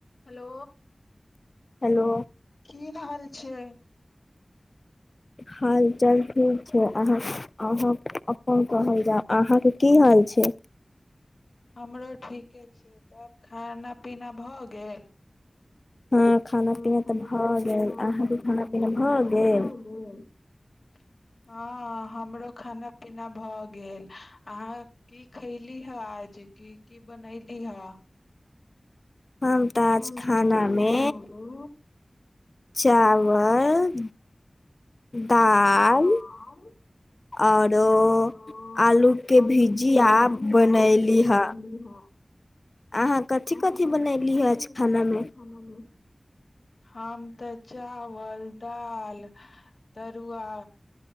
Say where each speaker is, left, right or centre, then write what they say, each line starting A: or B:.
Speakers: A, on the left (about 65°); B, on the left (about 50°).
A: hello
B: hello
A: की हाल छै
B: हाल चाल ठीक छै अहाँ अहाँ अपन अपन कह जा अहाँके की हाल छै
A: हमरो ठीके छै तब खाना पीना भऽ गेल
B: हँ खाना
A: ह
B: पीना
A: ख
B: तऽ भऽ
A: पीना
B: गेल अहाँके
A: गेल
B: खाना
A: ख
B: पीना भऽ
A: पी
B: गेल
A: गेल खाना पीना भऽ गेल अहाँ की खयली हे आज की की बनयली हे
B: हम तऽ आज
A: हँ
B: खाना
A: बात
B: मे
A: ान रे
B: चावल दाल
A: हँ आ
B: औरो
A: आओरो
B: आलू के
A: आलुके
B: भुजिया
A: बीजी
B: बनैली
A: आ बनली
B: ह
A: है
B: अहाँ कथि
A: आ
B: कथि
A: त
B: बनैली
A: की की
B: ह
A: ब
B: आज
A: एकद
B: खाना
A: आज
B: मे
A: खान नहि हम तऽ चावल दालि तरुआ